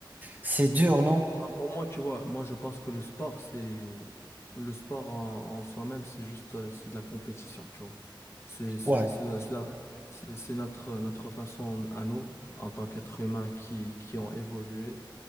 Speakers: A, on the right; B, on the left.
A: C'est dur, non?
B: Ben, pour moi, tu vois, moi je pense que le sport, c'est le sport en, en soi-même, c'est juste euh, c'est de la compétition, tu vois. C'est c'est
A: Ouais,
B: c'est la- c'est la- c'est- c'est notre notre façon à nous en tant qu'êtres humains qui qui ont évolué